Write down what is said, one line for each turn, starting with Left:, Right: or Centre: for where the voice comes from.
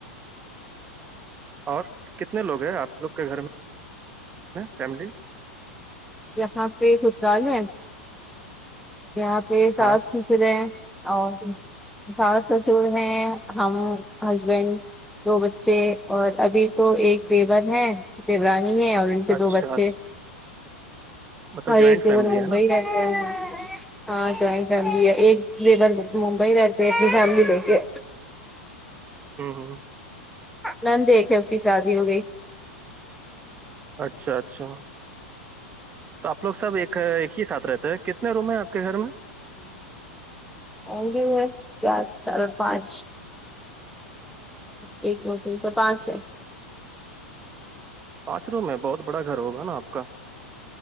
Right: اور کتنے لوگ ہیں آپ لوگ کے گھر میں فیملی
Centre: اں پہ سسرال ہیں یہاں پہ ساس
Right: ہاں
Centre: سسرے ہیں اور ساس سسر میں ہم ہسبینڈ دو بچے اور ابھی تو ایک دیور ہیں دیورانی ہے اور ان کے
Right: اچھا
Centre: دو بچے
Right: اچھا مطلب
Centre: ارے
Right: جوائنٹ
Centre: تم
Right: فیملی
Centre: مبئی
Right: ہے نا
Centre: رہتے ہیں ہاں جوائنٹ فیملی ہے ایک لیبر ممبئی رہتے اپنی فیملی لے کے
Right: ہاں ہاں
Centre: نند ایک ہیں اس کی شادی ہو گئی
Right: اچھا اچھا تو آپ لوگ سب ایک ایک ہی ساتھ رہتے ہیں کتنے روم ہیں آپ آپ کے گھر میں
Centre: اور ہے چار چار پانچ ایک مت نچ پانچ ہے
Right: پانچ روم ہے بہت بڑا گھر ہوگا نا آپ کا